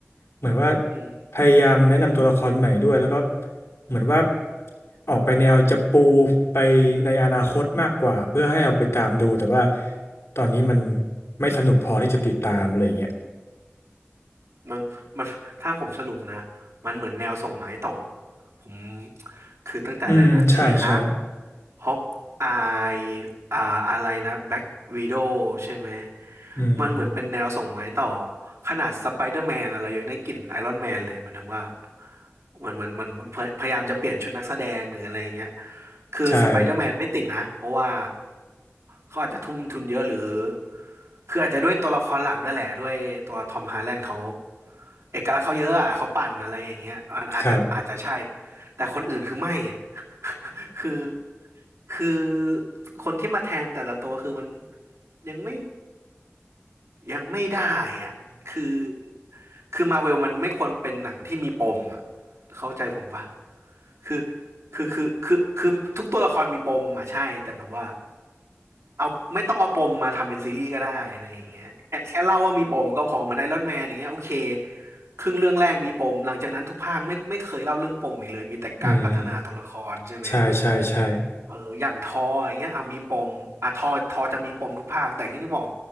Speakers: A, on the left (about 80°); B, on the right (about 85°).
A: เหมือนว่า
B: อืม
A: พยายามแนะนำตัวละครใหม่ด้วยแล้วก็เหมือนว่าออกไปแนวจะปูไปในอนาคตมากกว่าเพื่อให้เราไปตามดูแต่ว่าตอนนี้มันไม่สนุกพอที่จะติดตามอะไรอย่างเงี้ย
B: มันมันถ้าผมสรุปนะมันเหมือนแนวส่งไม้ต่อผมคือตั้งแต่อะไรนะชีฮั
A: อืมใช่ใช่
B: ฮอกอายอ่าอะไรนะแบ็กวีโดใช่ไหม
A: อืม
B: มันเหมือนเป็นแนวส่งไม้ต่อขนาดสไปเดอร์แมนอะเรายังได้กลิ่นไอรอนแมนเลยหมันถึงว่าเหมือนเหมือนเหมือนพยพยายามจะเปลี่ยนชุดนักแสดงหรืออะไรอย่างเงี้ยคือสไปเดอร์แมนไม่ติดนะเพราะว่า
A: ใช่
B: เขาอาจจะทุ่มทุนเยอะหรือคืออาจจะด้วยตัวละครหลักด้วยแหละด้วยตัวทอมฮาร์แลนด์เขาเอกลักษณ์เขาเยอะอ่ะเขาปั่นอะไรอย่างเงี้ยอันอาจจะอาจจะใช่
A: ครับ
B: แต่คนอื่นคือไม่อะ คือคือคนที่มาแทนแต่ละตัวคือมันยังไม่ยังไม่ได้อ่ะคือคือมาเวลมันไม่ควรเป็นหนังที่มีปมอ่ะเข้าใจผมปะคือคือคือคือคือทุกตัวละครมีปมอ่ะใช่แต่แบบว่าเอาไม่ต้องเอาปมมาทำเป็นซีรีส์ก็ได้อะไรอย่างเงี้ยแค่แค่เล่าว่ามีปมก็พอเหมือนไอรอนแมนอย่างเงี้ยโอเคครึ่งเรื่องแรกมีปมหลังจากนั้นทุกภาคไม่ไม่เคยเล่าเรื่องปมอีกเลยมีแต่การพัฒนาตัวละครใช่ไหม
A: <laughs> อืมใช่ใช่ใช่
B: เอออย่างทออย่างเงี้ยเอามีปมอ่ะทอทอจะมีปมทุกภาคแต่อย่างที่บอก